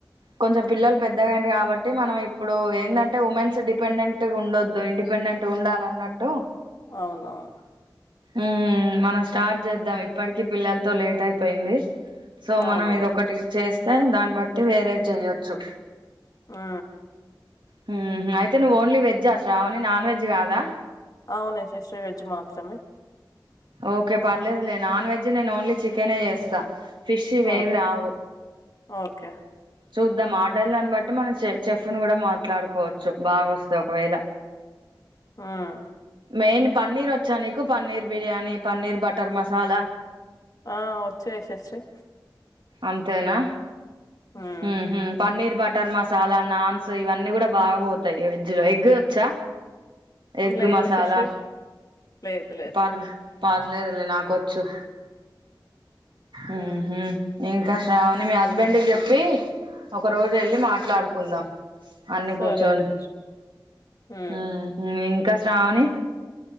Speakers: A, on the right; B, on the left.
A: కొంచెం పిల్లలు పెద్దగాయిండ్రు కాబట్టి మనం ఇప్పుడు ఏందంటే, ఉమెన్స్ డిపెండెంట్ ఉండొద్దు ఇండిపెండెంట్ ఉండాలన్నట్టు.
B: అవునవున్
A: ఉమ్ మనం స్టార్ట్ చేద్దాం. ఇప్పటికి పిల్లలతో లేట్ అయిపోయింది. సో
B: అవునవును
A: మనం ఇదొకటి చేస్ తే దాన్ని బట్టి వేరే చేయోచ్చు
B: ఆ
A: హ్మ్ అయితే నువ్వు ఓన్లీ వెజ్ ఆ శ్రావణి నాన్ వెజ్ కాదా.
B: అవున్ యశశ్రీ వెజ్ మాత్రమే
A: ఓకే పర్లేదు లే నాన్ వెజ్ నీ నేన్ ఓన్లీ చికెన్ ఏ చేస్తా ఫిష్ ఇవి
B: ఓకే
A: ఏవి రావు
B: ఓకే
A: చూద్దాం ఆర్డళ్ళని బట్టి మనం చె చెఫ్ ని కూడా మాట్లాడుకోవచ్చు, బాగా వస్తే ఒకవేళ.
B: ఉమ్
A: మెయిన్ పన్నీర్ వచ్చా నీక్ క్ పన్నీర్ బిర్యానీ పన్నీర్ బటర్ మసాలా
B: ఆ వచ్చు యశస్వి
A: అంతేనా
B: ఉమ్
A: హు హ్మ్ పన్నీర్ బటర్ మసాలా నాన్స్ ఇవన్నీ కూడా, బాగా పోతాయి వెజ్ లో ఎగ్ వచ్చా. ఎగ్
B: లేదు
A: మసాలా
B: శశి లేదు లేదు
A: పర్ పర్లేదులే నాకోచ్చు ఊ
B: ఉమ్
A: హ్మ్ ఇంకా శ్రావణి మీ హస్బెండ్ కి చెప్పి, ఒక రోజు ఎళ్ళి మాట్లాడుకుందాం. అన్ని
B: సరే
A: కూర్చోని
B: శశి ఉమ్
A: హ్మ్ హ్మ్ ఇంకా శ్రావణి